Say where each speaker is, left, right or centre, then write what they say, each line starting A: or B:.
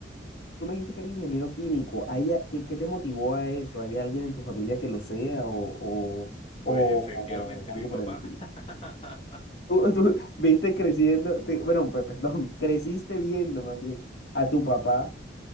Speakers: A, on the left; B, on the left.
A: Tú me dijiste que eres ingeniero químico. ¿Hay a- qué, qué te motivó a eso? ¿Hay alguien en tu familia que lo sea o, o,
B: Pues
A: o-
B: efectivamente,
A: o
B: mi
A: algo
B: papá.
A: por el estilo?
B: <laughs>
A: Tú, tú viste creciendo, te- bueno, pe- perdón, <laughs> creciste viendo más bien a tu papá